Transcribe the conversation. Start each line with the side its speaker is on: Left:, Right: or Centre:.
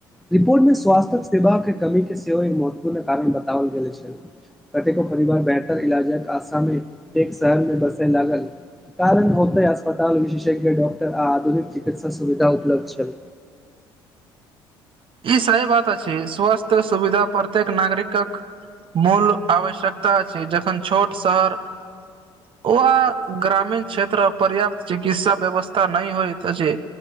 Centre: निपूर्ण स्वस्थटक सेवा के कमी के सेहो एक महत्वपूर्ण कारण बताओल गेल छल कतेको परिवार बेहतर इलाजक के आशा मे एक शहर में बसे लागल कारण ओते अस्पताल विशेषज्ञ डॉक्टर आ आधुनिक चिकित्सा सुविधा उपलब्ध छै
Right: ई सही बात अछि स्वास्थ सुविधा प्रत्येक नागरिकक मूल आवश्यकता अछै जखन छोट शहर ओह ग्रामीण क्षेत्र पर्याप्त चिकित्सा व्यवस्था नहि होयइत अछि